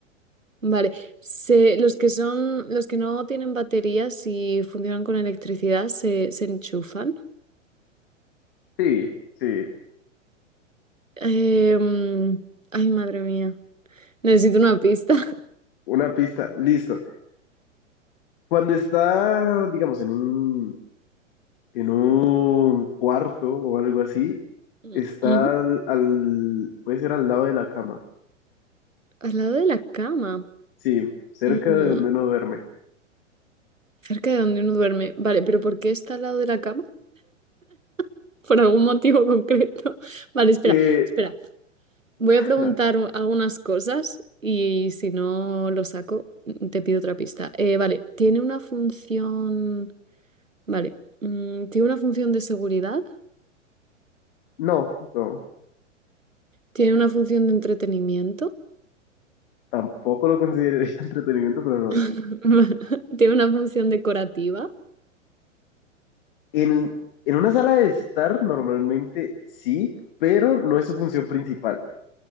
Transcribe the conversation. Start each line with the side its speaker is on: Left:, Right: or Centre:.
Right: Vale, se, los que son, los que no tienen baterías y funcionan con electricidad, se, se enchufan.
Left: Sí, sí.
Right: Em, ay, madre mía. Necesito una pista.
Left: Una pista, listo. Cuando está, digamos, en un, en un cuarto o algo así,
Right: <laughs>
Left: está
Right: Ujú.
Left: al, al- puede ser al lado de la cama.
Right: Al lado de la cama.
Left: Sí, cerca
Right: Mm,
Left: de donde uno duerme.
Right: cerca de donde uno duerme. Vale, pero ¿por qué está al lado de la cama? <laughs> Por algún motivo concreto. <laughs> Vale, espera,
Left: Eh,
Right: espera. Voy a preguntar
Left: dale.
Right: u- algunas cosas y si no lo saco, mm, te pido otra pista. Eh, vale, ¿tiene una función... Vale, mm, ¿tiene una función de seguridad?
Left: No, no,
Right: ¿Tiene una función de entretenimiento?
Left: tampoco lo consideraría <laughs> entretenimiento, pero no.
Right: <laughs> ¿Tiene una función decorativa?
Left: En, en una sala de estar, normalmente sí, pero no es su función principal.